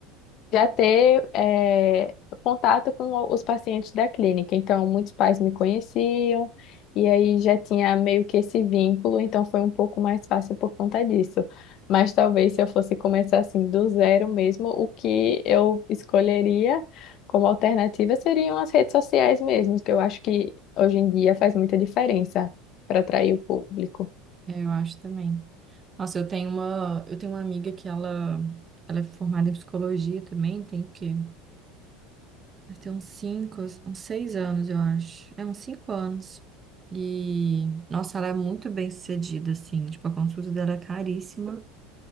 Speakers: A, on the left; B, on the right.
A: já ter eh, contato com o- os pacientes da clínica. Então, muitos pais me conheciam. E aí já tinha meio que esse vínculo, então foi um pouco mais fácil por conta disso. Mas talvez se eu fosse começar assim do zero mesmo, o que eu escolheria como alternativa seriam as redes sociais mesmo, que eu acho que hoje em dia faz muita diferença para atrair o público.
B: É, Eu acho também. Nossa, eu tenho uma, eu tenho uma amiga que ela, ela é formada em psicologia também, tem o quê? Deve ter uns cinco, uns seis anos, eu acho. É, uns cinco anos. E, nossa, ela é muito bem sucedida, assim. Tipo, a consulta dela é caríssima